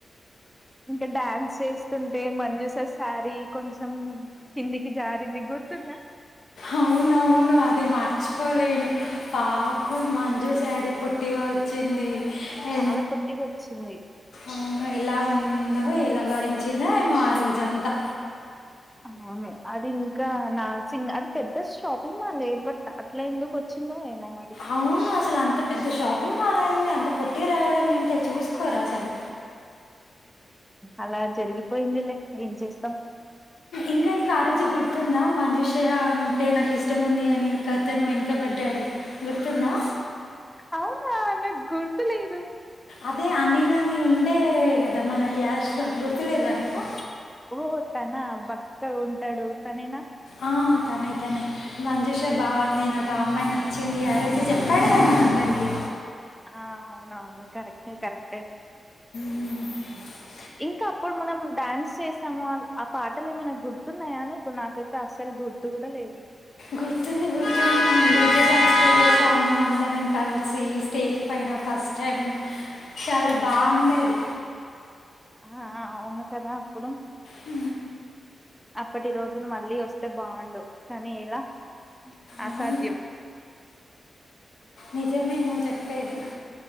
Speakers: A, in the centre; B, on the left.
A: ఇంకా డ్యాన్స్ చేస్తుంటే, మంజూస సారి కొంచెం కిందికి జారింది గు గుర్తుందా
B: అవును ఆవును అది మర్చిపోలేను పాప మంజు శారీ పొట్టిగా వచ్చింది ఎ
A: చాలా పొట్టిగా వచ్చింది
B: అవును ఎలా ఉందో ఎలా భరించిందో ఏమో ఆ రోజంతా
A: అవును అది ఇంకా నార్సింగ్ అది పెద్ద షాపింగ్ మాల్ బట్ అట్లా ఎందుకు వచ్చి వచ్చిందో ఏమో మరి
B: అవును అసలు అంత పెద్ద షాపింగ్ మాల్ రాంది అంత పుట్టి రావడం ఏంటి చూసుకోరా అసలు
A: అలా జరిగిపోయిందిలే ఏం చేస్తాం
B: ఇంకా నీకు ఆ రోజు గుర్తుందా మజుషా అంటే నాకు ఇష్టం ఉంది అని యొక్క అతను వెనుకబడ్డాడు గుర్తుందా
A: అవునా నాకు గుర్తు లేదు
B: అదే అనిల్ అని ఉండే కదా మన క్లాసులో గుర్తులేదానికు
A: ఓహో తన బక్క ఉంటాడు తనేనా
B: ఆ! తనే తనే మంజూష బాగుంది నాకు ఆ అమ్మాయి నాకు వచ్చింది ఆ రోజు చెప్పాడుగా మన అందరికీ
A: ఆ అవును అవును కరెక్ట్ కరెక్టే
B: ఉ హు
A: ఇంకా అప్పుడు మనం డాన్స్ చేసాము పాటలు ఏమైనా గుర్తున్నాయా నీకు నాకైతే అస్సలు గుర్తు కూడా లేవు
B: గుర్తుఉంది గుర్తు ఉంది సంస్కృతి చేశాము అందరం కలిసి స్టేజ్ పైన ఫస్ట్ టైం చాలా బాగుండేది
A: ఆ అవును కదా అప్పుడు
B: ఉ
A: అప్పటి రోజులు మళ్ళీ వస్తే బాగుండు కానీ ఇలా అసాధ్యం
B: అవును. నిజమే నువ్వు చెప్పేది